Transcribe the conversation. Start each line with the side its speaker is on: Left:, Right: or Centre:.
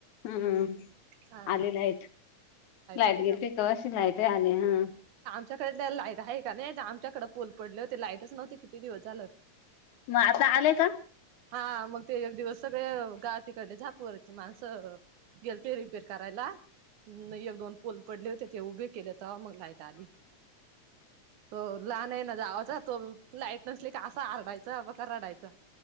Left: हम्म
Right: हा
Left: आलेला आहेत लाईट
Right: आली का
Left: गेलीती कवाशी लाईट आली हा
Right: तुमच्याकडे लाईट आहे का नाही आमच्याकडे पोल पडले होते लाईटच नव्हती किती दिवस झालं.
Left: मग आता आलेय का
Right: हा मग ते एक दिवस सगळे गाव तिकडले झा पुरचे माणसं गेल ते रिपेर करायला एक दोन पोल पडले होते ते उभे केलं तर मग लाह आली तो लहान आहे ना जावाचा तो लाईट नसली कासा आरडायचा ब का रडायचं